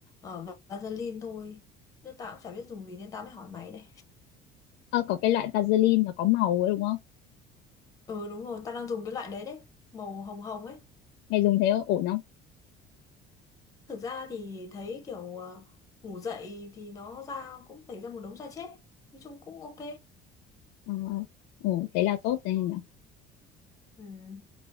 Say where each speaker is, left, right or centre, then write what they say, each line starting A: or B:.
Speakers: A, on the left; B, on the left.
A: uh, Vaseline thôi. Nhưng tao cũng chả biết dùng gì nên tao mới hỏi mày đây.
B: Ờ, có cái loại Vaseline mà có màu ấy đúng không?
A: Ừ đúng rồi, tao đang dùng cái loại đấy đấy, màu hồng hồng ấy.
B: Mày dùng thế ổn không?
A: Thực ra thì thấy kiểu ờ, ngủ dậy thì nó ra cũng tẩy ra một đống da chết. Nói chung cũng ok.
B: Ờ, ổn, thế là tốt rồi nhỉ.
A: Ừ.